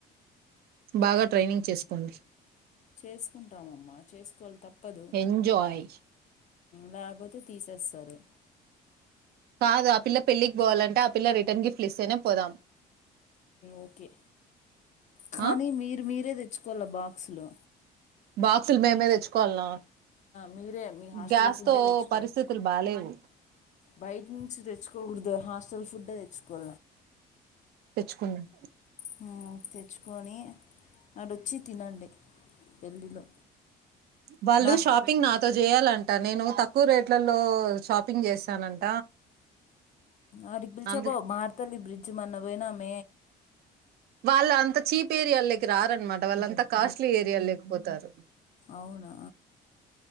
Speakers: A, on the right; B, on the left.
A: బాగా ట్రైనింగ్ చేసుకోండి
B: చేసుకుంటాంమ్మా చేసుకోవాలి తప్పదు
A: ఎంజాయ్
B: లేకపోతే తీసేస్తారు
A: కాదు ఆ పిల్ల పెళ్ళికి పోవాలంటే ఆ పిల్ల రిటర్న్ గిఫ్ట్ ఇస్తేనే పోదాం
B: ఓకే కానీ
A: ఆ
B: మీర మీరద తెచ్చుకల బాక్సులు
A: బాక్సులు మేమే తెచ్చుకోవాలనా
B: మీరే మీ హాస్టల్
A: గ్యాస్
B: ఫుడ్డే
A: తో
B: తెచ్చుకోవాలి
A: పరిస్థితులు బాలేవు
B: బయట నుంచి తెచ్చుకోకూడదు హాస్టల్ ఫుడ్డ తెచ్చుకో
A: తెచ్చుకున్నాం
B: ప్పుల్ తెచ్చుకొని అడొచ్చి తినండి పెళ్ళిలో
A: వాళ్ళు
B: నా
A: షాపింగ్ నాతో చేయాలంటే నేను తక్కువ రేట్లలో షాపింగ్ చేస్తానండి
B: అడికి పిలిచా
A: అందు
B: పో మారతలి బ్రిడ్జ్ మన్న పోయినా మ
A: వాళ్ళ అంత చీప్ ఏరియాకి రారన్నమాట వాళ్ళు అంత కోస్ట్ ఏరియా లేపోతారు
B: అవునా